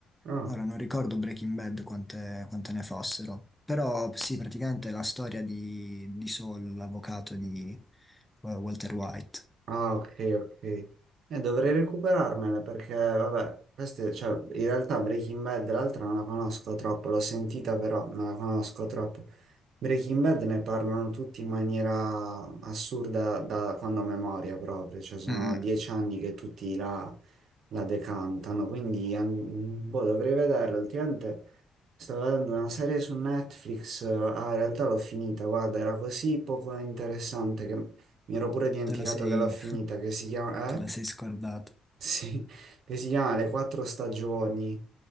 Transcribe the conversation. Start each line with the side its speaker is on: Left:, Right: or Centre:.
Right: Ah.
Centre: ora non ricordo Breaking Bad quante, quante ne fossero, però sì, praticamente è la storia di, di Saul, l'avvocato di eh, Walter White.
Right: Ah, ok, ok. Eh, dovrei recuperarmela perché, vabbè, queste, cioè, in realtà Breaking Bad l'altra non la conosco troppo, l'ho sentita però non la conosco troppo. Breaking Bad ne parlano tutti in maniera assurda da quando a memoria proprio, cioè sono
Centre: Mm,
Right: dieci
Centre: mm,
Right: anni che tutti la, la decantano, quindi an- boh, dovrei vederla. Ultimamente Stavo guardando una serie su Netflix, eh, ah, in realtà l'ho finita, guarda, era così poco interessante che mi ero pure dimenticato
Centre: Te la sei,
Right: che l'ho finita, che si chiama,
Centre: te
Right: eh?
Centre: la sei scordato.
Right: Sì, <laughs> che si chiama Le quattro stagioni,